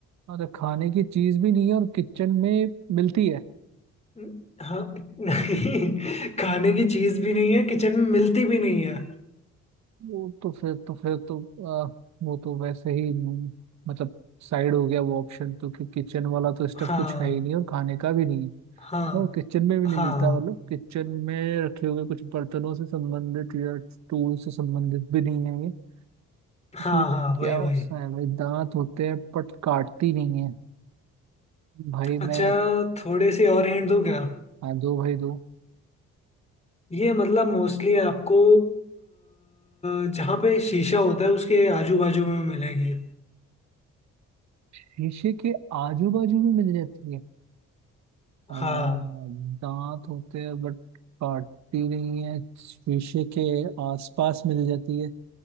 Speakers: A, on the right; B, on the left.
A: अच्छा खाने की चीज भी नहीं है और किचन में मिलती है
B: न- हाँ <laughs> नहीं खाने की चीज भी नहीं है किचन में मिलती भी नहीं है
A: वो तो फिर तो फिर तो आ, वो तो वैसे ही न- मतलब साइड हो गया वो ऑप्शन तो कि किचन वाला तो स्टफ
B: हाँ
A: कुछ है ही नहीं और खाने का भी नहीं है
B: हाँ
A: और किचन में भी
B: हाँ
A: नहीं मिलता मतलब किचन में रखे हुए कुछ बर्तनों से संबंधित या टूल से संबंधित भी नहीं है ये
B: हाँ
A: तो फिर
B: हाँ हाँ, वही
A: क्या होता
B: वही
A: है भाई दांत होते हैं बट काटती नहीं है भाई
B: अच्छा
A: मैं
B: थोड़ी सी और हिंट दूँ क्या
A: हाँ, दो भाई दो
B: ये मतलब मोस्टली आपको अ, जहाँ पे शीशा होता है उसके आजू बाजू में मिलेगी
A: शीशे के आजू बाजू में मिल जाती है आ,
B: हाँ
A: दांत होते हैं बट काटती नहीं है शीशे के आसपास मिल जाती है